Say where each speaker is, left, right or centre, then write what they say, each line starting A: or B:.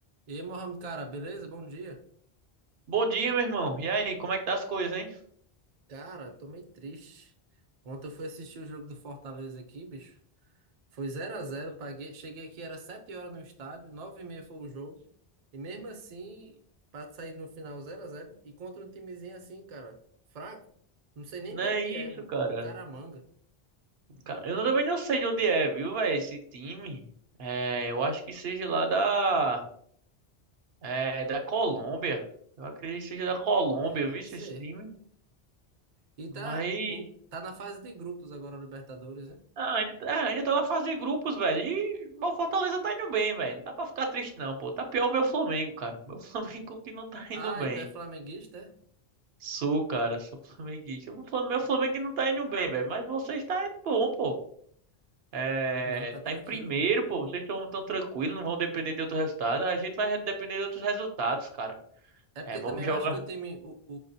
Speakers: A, on the right (about 50°); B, on the right (about 75°).
A: E aí, Mohamed, cara, beleza? Bom dia.
B: Bom dia, meu irmão. E aí, como é que tá as coisas, hein?
A: Cara, tô meio triste. Ontem eu fui assistir o jogo do Fortaleza aqui, bicho. Foi zero a zero paguei. Cheguei aqui, era 7 horas no estádio, nove e meia foi o jogo. E mesmo assim, pra sair no final zero a zero E contra um timezinho assim, cara, fraco. Não sei nem
B: Não
A: de
B: é
A: onde
B: isso,
A: é, um
B: cara.
A: Bucaramanga.
B: Cara, eu também não sei de onde é, viu, velho, esse time. É, eu acho que seja lá da, é, da Colômbia. Eu acredito que seja da Colômbia,
A: É, deve
B: viu, esse
A: ser.
B: time.
A: E
B: Mas,
A: tá, o- tá na fase de grupos agora, Libertadores, né?
B: ah, ainda, ah, ainda tá na fase de grupos, velho. E bom, o Fortaleza tá indo bem, velho. Não dá pra ficar triste, não, pô. Tá pior o meu Flamengo, cara. Meu <laughs> Flamengo que não tá indo
A: Ah,
B: bem.
A: e tu é flamenguista, é?
B: Sou, cara, sou <laughs> flamenguista. O Flam- Meu Flamengo que não tá indo bem, velho. Mas vocês tá indo bom, pô. É,
A: Não, tá tranquilo,
B: tá em primeiro,
A: pô.
B: pô. Vocês estão tão tranquilos, não vão depender de outro resultado. A gente vai depender de outros resultados, cara.
A: É
B: É,
A: porque
B: vamos
A: também eu
B: jogar.
A: acho que o time, o, o,